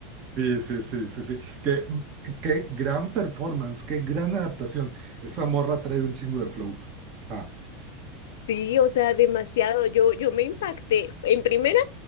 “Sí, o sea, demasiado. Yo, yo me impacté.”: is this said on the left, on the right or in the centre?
Left